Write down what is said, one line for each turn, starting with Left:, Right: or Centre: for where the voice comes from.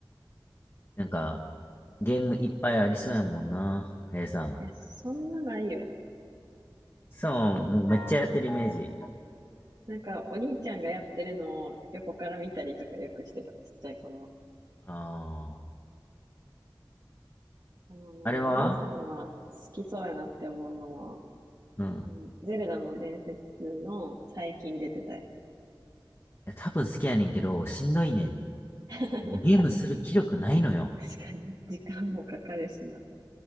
Left: なんか、ゲームいっぱいありそうやもんな、A さん。
Right: いや、そんなないよ。
Left: そう、もうめっちゃやってるイメージ。
Right: なんか、お兄ちゃんがやってるのを横から見たりとかよくしてた、ちっちゃい頃は。
Left: ああ。
Right: あのね、
Left: あれは
Right: B さんは好きそうやなって思うのは、
Left: うん。い
Right: あの、ゼルダの伝説の最近出てたやつ。
Left: や、多分好きやねんけど、しんどいね
Right: うん。<laughs>
Left: ん。もうゲームする気力ないのよ。
Right: 確かに、時間もかかるしな。